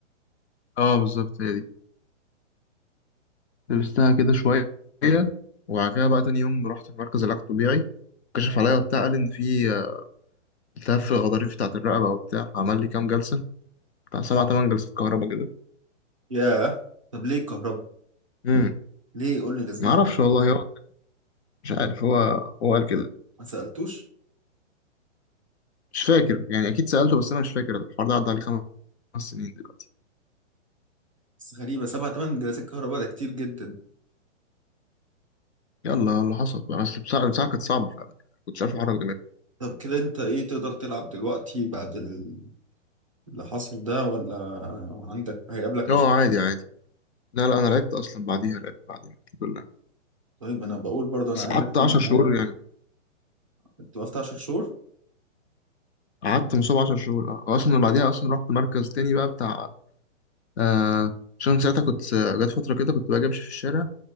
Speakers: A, on the left (about 60°); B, on the right (about 30°).
A: اه بالظبط هي دي لبستها كده شوية وبعد كده بقى تاني يوم رحت المركز العلاج الطبيعي كشف عليا وبتاع قال إن في آه، التهاب في الغضاريف بتاعة الرقبة وبتاع عمل لي كام جلسة بتاع سبع تمن جلسات كهرباء كده
B: ياه طب ليه الكهرباء
A: امم
B: ليه قول لي لازمتها
A: معرفش والله هو مش عارف هو هو قال كده
B: ما سألتوش
A: مش فاكر يعني أكيد سألته بس أنا مش فاكر الحوار ده عدى عليه خمس سنين دلوقتي
B: بس غريبة سبع تمن جلسات كهرباء ده كتير جدا
A: يلا اللي حصل بقى بس البساعة البساعة كانت صعبة فعلا كنتش عارف أحرك دماغي
B: طب كده انت ايه تقدر تلعب دلوقتي بعد اللي حصل ده ولا عندك هيقابلك مشاكل
A: اه عادي عادي لا لا أنا لعبت أصلا بعديها لعبت بعديها الحمد لله
B: طيب انا بقول برضه انا
A: بس
B: عايزك
A: قعدت
B: تيجي
A: 10
B: معايا
A: شهور يعني
B: انت وقفت 10 شهور
A: قعدت مصاب 10 شهور اه اصلا بعديها اصلا رحت مركز تاني بقى بتاع آه عشان ساعتها كنت آه، جت فترة كده كنت باجي امشي في الشارع